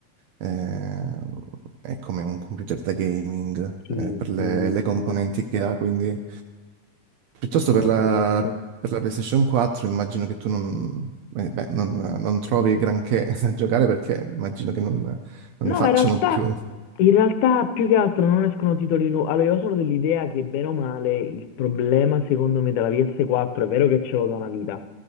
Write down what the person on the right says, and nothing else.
eh, è come un computer da gaming,
eh, per le,
le componenti
che ha, quindi piuttosto
per
la, per la PlayStation 4 immagino che tu non, eh, beh, non- non trovi granché <laughs> da giocare perché immagino che non, non
ne facciano
più.